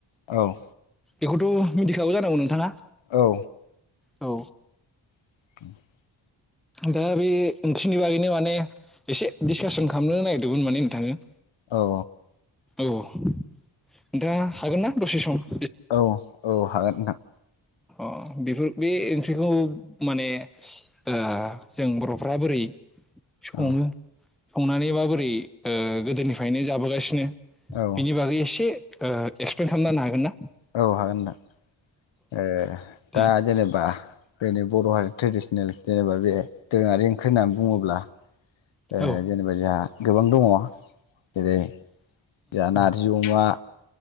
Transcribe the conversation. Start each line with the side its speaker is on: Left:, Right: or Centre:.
Left: औ
Centre: बेखौथ' मिथिखागौ जानांगौ नोंथाङा
Left: औ
Centre: औ
Left: <inaudible>
Centre: दा बे ओंख्रिनि बागैनो माने एसे डिसकासन खालामनो नागिरदोंमोन माने नोंथांजों
Left: औ
Centre: औ नोंथाङा हागोन ना दसे सम
Left: औ औ हागोन नोंथां।
Centre: अह बेफोर बे ओंख्रिखौ माने ओ जों बर'फ्रा बोरै सङो
Left: ओ औ
Centre: संनानै माबोरै ओ गोदोनिफायनो जाबोगासिनो
Left: औ औ
Centre: बिनि बागै एसे ओ एक्सप्लेन खालामना हानो हागोनना?
Left: औ हागोन नोंथां। ए
Centre: दे
Left: दा जेनेबा बेनो बर' हारि ट्रेडिसनेल जेनेबा बे दोरोङारि ओंख्रि होननानै बुङोब्ला ओ
Centre: औ उम
Left: जेनेबा जोंहा गोबां दङ। जेरै जाहा नारजि अमा